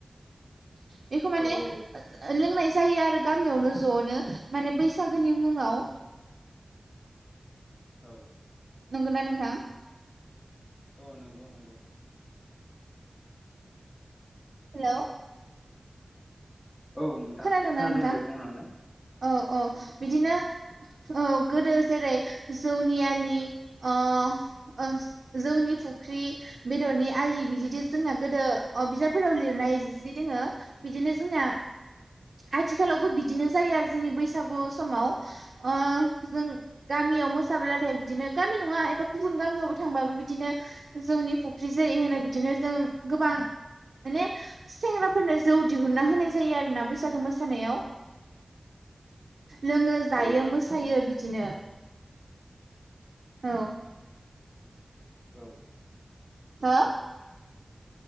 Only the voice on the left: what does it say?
औ
औ
औ नंगौ नंगौ
औ नोंथां
खोनादों
दे बुंलांलाय
औ
औ